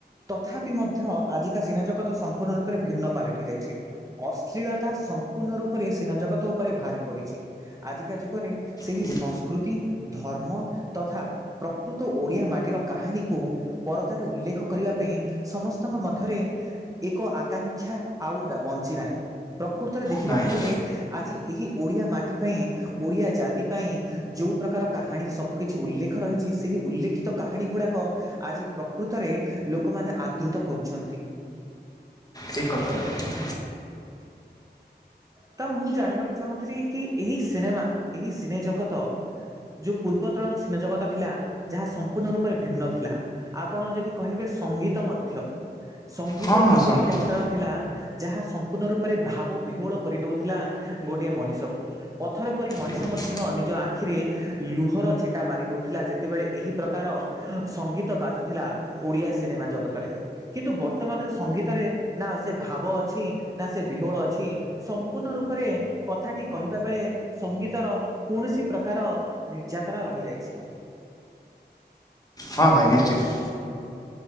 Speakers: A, on the right; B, on the left.
A: ତଥାପି ମଧ୍ୟ ଆଜିକା ସିନେଜଗତ ସମ୍ପୂର୍ଣ୍ଣ ରୂପରେ ଭିନ୍ନ ପାଲଟି ଯାଇଛି। ଅଶ୍ଳୀଳତା ସମ୍ପୂର୍ଣ୍ଣ ରୂପରେ ସିନେ ଜଗତ ଉପରେ ଭାରି ପଡ଼ିଛି। ଆଜିକା ଯୁଗରେ ସେହି
B: ଠିକ୍
A: ସଂସ୍କୃତି, ଧର୍ମ ତଥା ପ୍ରକୃତ ଓଡ଼ିଆ ମାଟିର କାହାଣୀକୁ ପରଦାରେ ଉଲ୍ଲେଖ କରିବା ପାଇଁ ସମସ୍ତଙ୍କ ମଧ୍ୟରେ ଏକ ଆକାଂକ୍ଷା ଆଉ ଦା ବଞ୍ଚିନାହିଁ ପ୍ରକୃତରେ ଦେଖିବାକୁ
B: ନାଇଁ
A: ଗଲେ ଆଜି ଏହି ଓଡ଼ିଆ ମାଟି ପାଇଁ ଓଡ଼ିଆ ଜାତି ପାଇଁ ଯେଉଁ ପ୍ରକାର କାହାଣୀ ସବୁକିଛି ଉଲ୍ଲେଖ ରହିଛି ସେହି ଉଲ୍ଲେଖିତ କାହାଣୀ ଗୁଡ଼ାକ ଆଜି ପ୍ରକୃତରେ ଲୋକମାନେ ଆଦୃତ କରୁଛନ୍ତି।
B: ଠିକ କଥା କହିଲ।
A: ତ ମୁଁ ଜାଣିବାକୁ ଚାହୁଁଥିଲି କି ଏହି ସିନେମା ଏହି ସିନେ ଜଗତ ଯୋଉ ପୂର୍ବତଳର ସିନେ ଜଗତ ଥିଲା ଯାହା ସମ୍ପୂର୍ଣ୍ଣ ରୂପରେ ଭିନ୍ନ ଥିଲା, ଆପଣ ଯଦି କହିବେ ସଙ୍ଗୀତ ମଧ୍ୟ ସଙ୍ଗୀତ
B: ହଁ ହଁ
A: ଏପରି
B: ସଙ୍କିତା
A: ପ୍ରକାର ଥିଲା ଯାହା ପୂର୍ଣ ରୂପରେ ଭାବ ବିହୋଳ। କରିଦେଉଥିଲା ଗୋଟିଏ ମଣିଷକୁ ପଥର ପରି ମଣିଷ
B: ଠିକ୍
A: ମଧ୍ୟ ନିଜ ଆଖିରେ ଲୁହର ଛିଟା ମାରି ଦେଉଥିଲା ଯେତେବେଳେ ଏହି ପ୍ରକାର ସଙ୍ଗୀତ ବାଜୁଥିଲା ଓଡ଼ିଆ ସିନେମା ଜଗତରେ କିନ୍ତୁ ବର୍ତ୍ତମାନର ସଙ୍ଗୀତରେ ନା ସେ ଭାବ ଅଛି ନା ସେ ବିହୋଳ ଅଛି। ସମ୍ପୂର୍ଣ୍ଣ ରୂପରେ କଥାଟି କହିବା ବେଳେ ସଙ୍ଗୀତର କୌଣସି ପ୍ରକାର ନିର୍ଯାତନା ରହିଯାଇଛି।
B: ହଁ ଭାଇ ନିଶ୍ଚିତ।